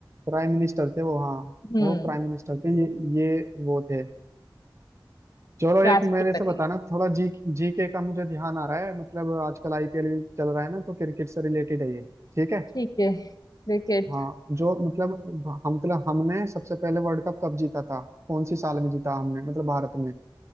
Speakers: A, on the right; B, on the left.
A: Prime minister थे वो हाँ
B: हम्म
A: वो प्राइम मिनिस्टर थे ये ये वो थे चलो
B: राष्ट्रपति
A: एक मेरे से बताना थोड़ा जी जी के का मुझे ध्यान आ रहा है मतलब आजकल आईपीएल चल रहा है ना तो क्रिकेट से रिलेटेड है ये ठीक है
B: ठीक है क्रिकेट
A: हाँ जो मतलब हम मतलब हमने सबसे पहले वर्ल्ड कप कब जीता था कौन सी साल में जीता हमने मतलब भारत में